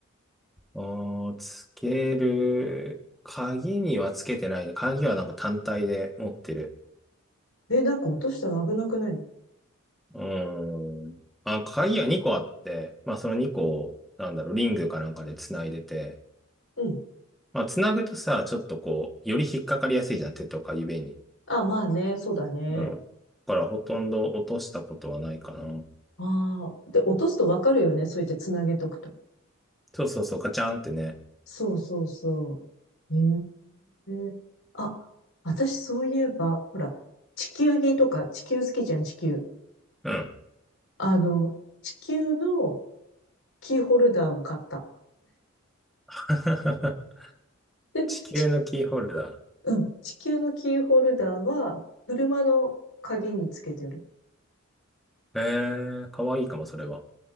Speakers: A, in the centre; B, on the left.
A: あーつける。鍵にはつけてないね。鍵はなんか単体で持ってる。
B: え、なんか落としたら危なくない
A: うーん。あ、鍵が2個あって、まあその2個を、なんだろう、リングかなんかで繋いでて、
B: うん。
A: まあ繋ぐとさ、ちょっとこう、より引っかかりやすいじゃん、手とか指に。
B: あ、まあね、そうだね。
A: うん。だからほとんど落としたことはないかな。
B: ああ。で、落とすとわかるよね。そうやってつなげとくと。
A: そうそうそう、ガチャンってね。
B: そうそうそう。へえ。あ、私そういえば、ほら、地球儀とか、地球好きじゃん、地球。
A: うん。
B: あの、地球のキーホルダーも買った。
A: <laughs>
B: で、
A: 地球のキーホルダ
B: ち、うん、地球のキーホルダーは、車の鍵につけてる。
A: ー。えー、かわいいかも、それは。